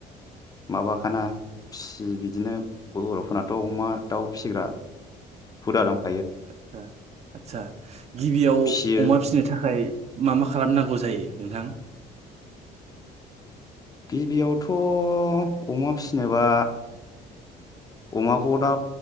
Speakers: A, on the left; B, on the right.
A: माबाखाना फिसियो बिदिनो बर'फोरनाथ' अमा दाउ फिसिग्रा हुदा दं।
B: आदसा आदसा गिबियाव
A: फिसियो
B: अमा फिसिनो थाखाय मा मा खालामनांगौ। नांगौ जायो नोंथां
A: गिबियावथ' अमा फिसिनोबा अमाखौ दा